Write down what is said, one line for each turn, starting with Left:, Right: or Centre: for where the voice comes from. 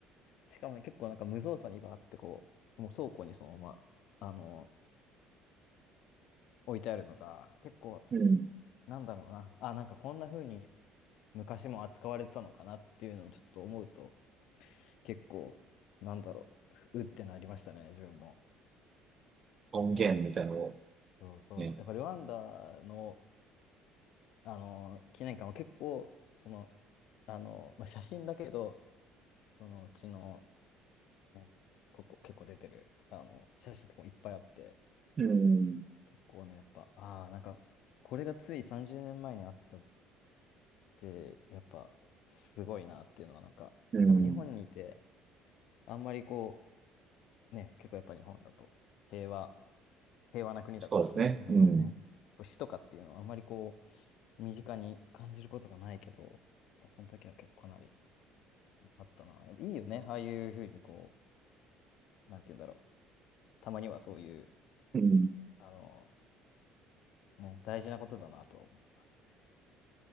Left: しかもね結構なんか無造作にバーってこう、もう倉庫にそのまま、あの、置いてあるのが、結構、
Right: うん。
Left: なんだろうな、あ、なんかこんな風に昔も扱われてたのかなっていうのをちょっと思うと、結構、なんだろう、うってなりましたね、自分も。
Right: 尊厳みたいなのを
Left: ねえ、そそうそう。
Right: ね。
Left: やっぱルワンダの、あの、記念館は結構、その、あの、まあ、写真だけど、そのうちの、ね、ここ結構出てる、あの、写真とかもいっぱいあって、
Right: うん。
Left: 結構ね、やっぱ、ああ、なんか、これがつい30年前にあったって、やっぱ、すごいなっていうのは、なんか、
Right: うん。
Left: やっぱ日本にいて、あんまりこう、ね、結構やっぱ日本だと、平和、平和な国だから、
Right: そうですね。
Left: あんまりそのね、
Right: うん。
Left: こう死とかっていうのは、あんまりこう、身近に感じることがないけど、やっぱその時は結構かなりあったな。やっぱいいよね、ああいうふうにこう、なんて言うんだろう、たまにはそういう、
Right: うん。
Left: あの、ね、大事なことだなとは思いますね。